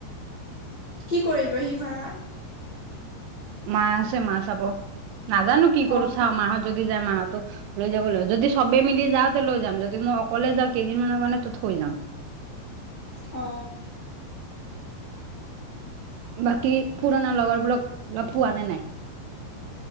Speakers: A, on the left; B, on the right.
A: কি কৰিব সি ঘৰত
B: মা আছে মা চাব নাজানো কি কৰো
A: অ',
B: চাওঁ মাহত যদি যায় মাহতো লৈ যাব লাগিব যদি চবে মিলি যাওঁ তে লৈ যাম যদি মই অকলে যাওঁ কেইদিনমানৰ কাৰণে ত থৈ যাম।
A: অ
B: বাকী পুৰণা লগৰবোৰক লগ পোৱা নে নাই?